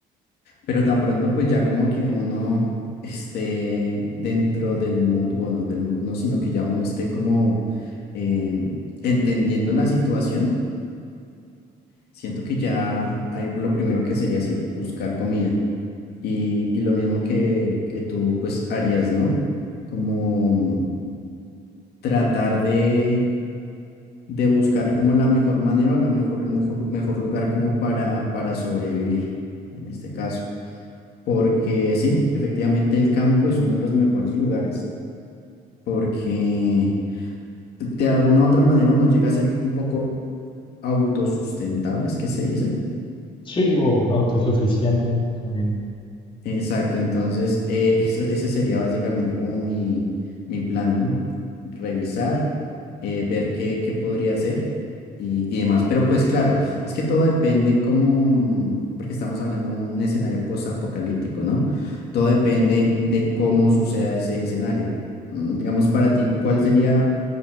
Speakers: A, on the left (about 70°); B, on the left (about 30°).
A: Pero tan pronto pues ya como que uno esté dentro del mood, bueno, del mood no, sino que ya uno esté como eh, entendiendo la situación, siento que ya hay lo primero que sería así, buscar comida. Y, y lo mismo que, que tú pues harías, ¿no? Como tratar de, de buscar como la mejor manera o la mejor, el mejor, mejor lugar como para, para sobrevivir en este caso. Porque sí, efectivamente el campo es uno de los mejores lugares porque de alguna u otra manera uno llega a ser un poco autosustentable, es que se dice.
B: Sí, o autosuficiente también.
A: Exacto, entonces eh, <laughs> eso- ese sería básicamente como mi, mi plan, ¿no? Revisar, eh, ver qué, qué podría hacer y, y demás. Pero pues claro, es que todo depende como, mm, porque estamos hablando de un escenario post-apocalíptico, ¿no? Todo depende de cómo suceda ese escenario. Mm, Digamos para ti, ¿cuál sería